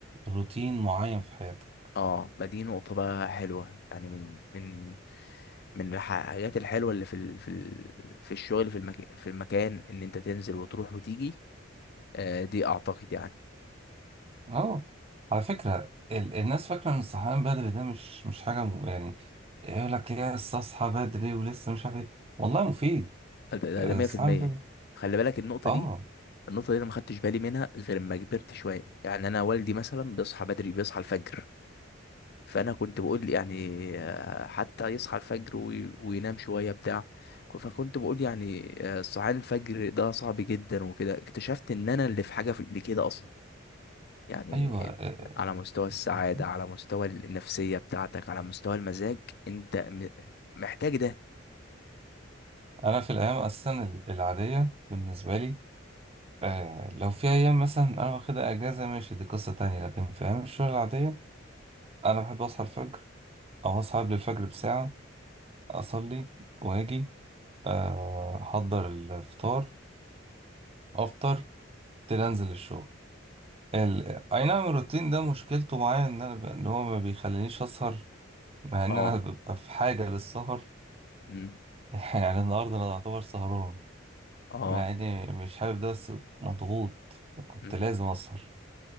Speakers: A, on the right; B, on the left.
A: روتين معين في حياتك
B: اه ما دي نقطة بقى حلوة يعني من من من الحاجات الحلوة اللي في ال... في ال... في الشغل في المكان في المكان ان انت تنزل وتروح وتيجي آه دي اعتقد يعني
A: اه على فكرة ال... الناس فاكرة ان الصحيان بدري ده مش مش حاجة م... يعني يقول لك لسه اصحى بدري ولسه مش عارف ايه والله مفيد
B: ده ده
A: آه،
B: ده 100%
A: الصحيان بدري
B: خلي بالك النقطة
A: اه
B: دي النقطة دي انا ما خدتش بالي منها غير لما كبرت شوية يعني انا والدي مثلا بيصحى بدري بيصحى الفجر فانا كنت بقول يعني آه، حتى يصحى الفجر وي- وينام شويه بتاع فكنت بقول يعني آه، صحيان الفجر ده صعب جدا وكده اكتشفت ان انا اللي في حاجه في اللي كده اصلا يعني
A: ايوه آه،
B: انت على مستوى السعاده
A: آه.
B: على مستوى النفسيه بتاعتك على مستوى المزاج انت م- محتاج ده
A: انا في الايام اصلا ال- العادية بالنسبة لي آه لو في ايام مثلا انا واخدها اجازة ماشي دي قصة تانية لكن في ايام الشغل العادية انا بحب اصحى الفجر او اصحى قبل الفجر بساعة اصلي واجي آه، احضر الفطار افطر ابتدي انزل الشغل ال... اي نعم الروتين ده مشكلته معايا ان انا ب... ان هو ما بيخلينيش اسهر مع ان
B: اه
A: انا ببقى في حاجه للسهر
B: مم.
A: <laughs> يعني النهارده انا اعتبر سهران
B: اه
A: مع اني مش حابب ده بس مضغوط كنت
B: مم.
A: لازم اسهر